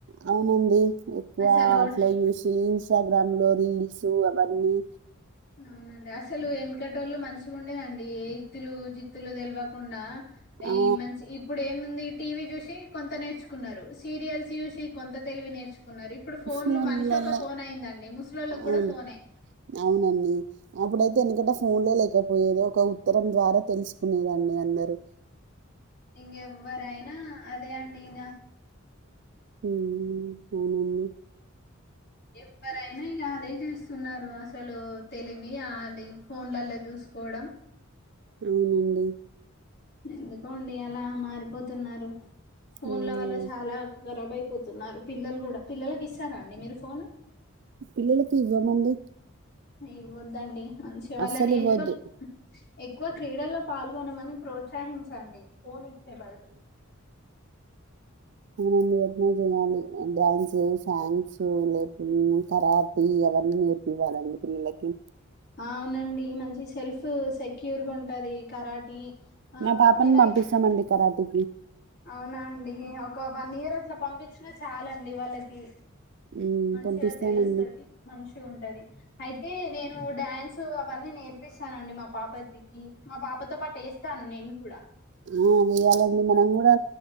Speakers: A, on the right; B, on the left.
A: అవునండి ఎక్కువ
B: అసలు
A: అట్ల చూసి ఇన్స్టాగ్రామ్లో రీల్ స్ అవన్నీ
B: అవునండి. అసలు వెనకటోళ్ళు మంచి గుండేదండి. ఏ ఇత్తులు జిత్తులు తెల్వకుండా ఈ
A: ఆ
B: మంచి ఇప్పుడేముంది టీవీ చూసి కొంత నేర్చుకున్నారు. సీరియల్స్ చూసి కొంత తెలివి నేర్చుకున్నారు. ఇప్పుడు ఫోన్లు
A: ఫోన్లలో
B: మనిషి ఒక ఫోనయిందండి ముసలోళ్ళకి
A: అవును
B: కూడా ఫోనే
A: అవునండి అప్పుడైతే ఎందుకంటే ఫోన్లే లేకపోయేది. ఒక ఉత్తరం ద్వారా తెలుసుకునేదాన్ని అందరూ.
B: ఇం వరయినా అదేడింగ
A: అవునండి
B: ఎవరైనా ఇక అదే చూస్తున్నారు అసలు తెలివి అది ఫోన్లలో చూసుకోవడం
A: అవునండి
B: ఎందుకోండి అలా మారిపోతున్నారు ఫోన్ల
A: ఉమ్,
B: వల్ల చాలా గరాబ అయిపోతున్నారు పిల్లలు కూడా పిల్లలకి ఇస్తారా అండి మీరు ఫోన్
A: పిల్లలకి ఇవమంది
B: ఇవద్దండి అంచే వాళ్ళని
A: అస్సలు ఇవ్వద్దు
B: ఎక్కువ ఎక్కువ క్రీడల్లో పాల్గొనమని ప్రోత్సహించండి ఫోన్ ఇచ్చే బదులు
A: అ ఎందుాలి న్స్ సాంగ్స్ కరాీ నేర్పివాలండి పిల్లలకి
B: అ అవునండి మంచి సెల్ఫ్ సెక్యూర్గా ఉంటుంది కరాటీ ఆ
A: నా భప
B: నేనైతే
A: మబ్బీ సంబంధి కాదు
B: అవునా అండి ఒక వన్ ఇయర్ అట్లా పంపించినా చాలండి వాళ్ళకి
A: ఉమ్,
B: మంచిగా
A: పంపిస్తామండి
B: తెలుస్తుది మంచి ఉంటది అయితే నేను ఫ్యాన్స్ అవన్నీ నేర్పిస్తానండి మా పాప దకి మా పాపతో పాటు వేస్తాను నేను కూడా
A: ఆ వేయాలండి మనం కూడా